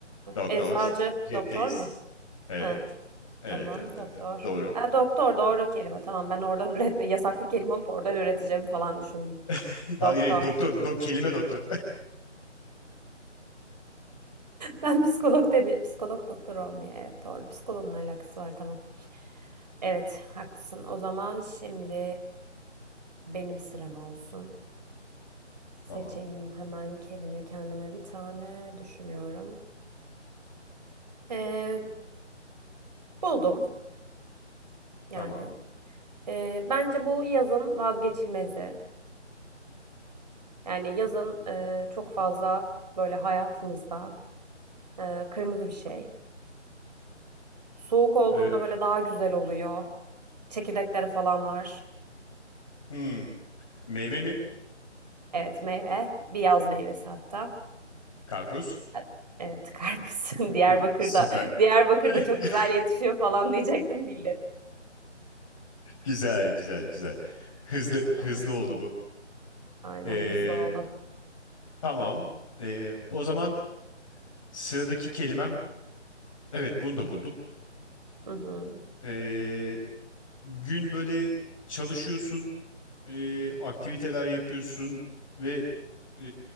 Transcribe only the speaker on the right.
e, eczacı,
doktor mu?
Ha.
Tamam
doktor.
Ha, doktor doğru kelime. Tamam ben oradan <laughs> üretme yasaklı kelime olup oradan üreteceğim falan düşündüm.
Doktor.
<laughs>
Ben psikolog demi psikolog doktor olmuyor. Evet doğru. Psikoloğun alakası var tamam. Evet haklısın. O zaman şimdi benim sıram olsun.
Seçeyim
hemen kelime kendime bir tane düşünüyorum. Ee, buldum yani.
Ee, bence bu yazın vazgeçilmezi. Yani yazın e, çok fazla böyle hayatımızda Ee, kırmızı bir şey. Soğuk olduğunda
böyle daha güzel oluyor. Çekirdekleri falan var.
Evet meyve. Bir yaz meyvesi hatta.
Ha- Evet karpuz. <laughs> Diyarbakır'da.
Diyarbakır'da
çok güzel yetişiyor falan diyecektim. Bildim
o zaman.
Aynen
hızlı ol.
Hı hı.